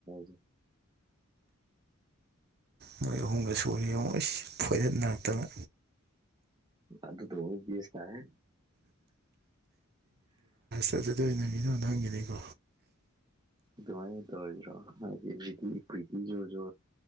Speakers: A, on the right; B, on the right.
A: ꯁꯦ
B: ꯃꯣꯏ ꯑꯍꯨꯝꯒ ꯁꯨꯅꯤ ꯌꯦꯣꯏ ꯐꯣꯏꯍꯠ ꯔꯛꯇꯅ
A: ꯑꯗꯨꯗꯣ ꯁ ꯇꯥꯏ
B: ꯆꯖꯗ ꯑꯣꯏꯅꯕꯤꯅꯣ ꯅꯪꯒꯤꯅꯤꯀꯣ
A: ꯉꯥꯏ ꯇꯧꯔꯖ꯭ꯔꯣ ꯍꯥꯏꯗꯤꯗꯤ ꯄꯤꯇꯁꯨꯁꯨ